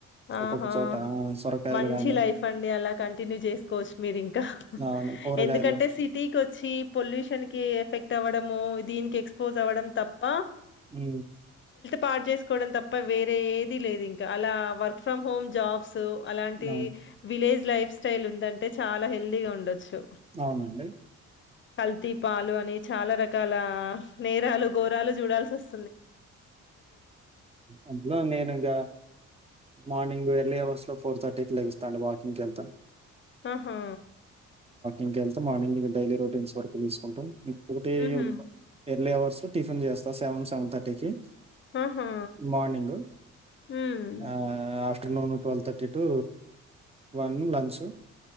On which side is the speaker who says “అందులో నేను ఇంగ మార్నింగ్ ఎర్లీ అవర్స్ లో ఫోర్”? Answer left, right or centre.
Right